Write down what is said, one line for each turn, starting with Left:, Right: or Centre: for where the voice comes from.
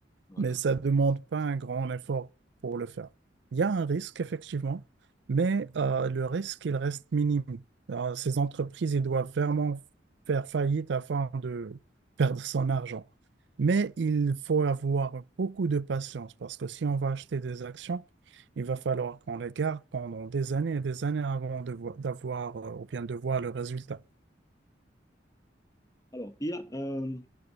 Left: Voilà.
Right: mais ça ne demande pas un grand effort pour le faire. Il y a un risque, effectivement, mais euh, le risque, il reste minime. Alors, ces entreprises, ils doivent vraiment faire faillite afin de perdre son argent. Mais il faut avoir beaucoup de patience parce que si on va acheter des actions, il va falloir qu'on les garde pendant des années et des années avant de vo- d'avoir euh, ou bien de voir le résultat.
Left: Alors, il y a un,